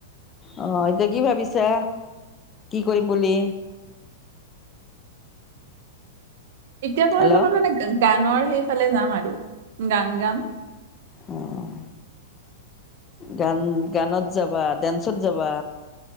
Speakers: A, on the left; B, on the right.
A: অহ এতিয়া কি ভাবিছা কি কৰিম বুলি।
B: এতিয়া কয়
A: হেল্ল'
B: পাবা মানে গানৰ সেইফালে যাম আৰু গান গাম
A: উম গান গানত যাবা ডেন্সত যাবা